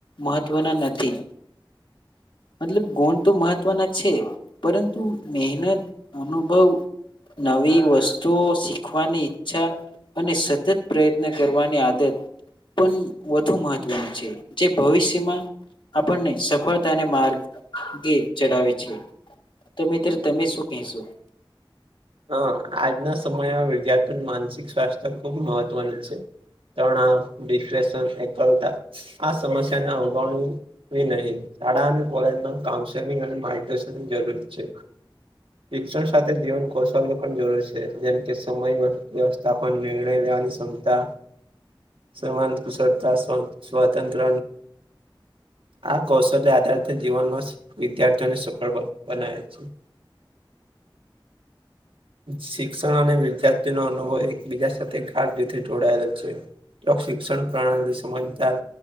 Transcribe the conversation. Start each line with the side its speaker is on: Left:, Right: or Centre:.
Left: મહત્વના નથી. મતલબ ગુણ તો મહત્વના છે પરંતુ મહેનત, અનુભવ નવી વસ્તુઓ શીખવાની ઈચ્છા અને સતત પ્રયત્ન કરવાની આદત પણ વધુ મહત્વનું છે જે ભવિષ્યમાં આપણને સફળતાને માર્ગે ચલાવે છે. તો મિત્ર તમે શું કેહશો?
Right: હા આજના સમયમાં વિદ્યાર્થીઓનું માનસિક સ્વાસ્થ્ય ખુબ મહત્વનું છે. તણાવ, ડિપ્રેશન, એકલતા આ સમસ્યાને અવગણીવી નહીં. શાળા અને કોલેજમાં કાઉન્સેલિંગ અને માર્ગદર્શન જરૂરી છે. શિક્ષણ સાથે જીવન કૌશલ પણ જરૂરી છે જેમ કે સમય વ્યવસ્થા પણ નિર્ણય લેવાની સંમતા સમાત કુશળતા, સ્વ સ્વતંત્ર આ કૌશલ્ય આધાર તો જીવનમાં વિદ્યાર્થીઓને સફળ બનાવે છે. <inaudible> શિક્ષણ અને વિદ્યાર્થી નો અનુભવ એકબીજા સાથે ગાઢ રીતે જોડાયેલો છે. તો શિક્ષણ પ્રણાલી સમજદાર,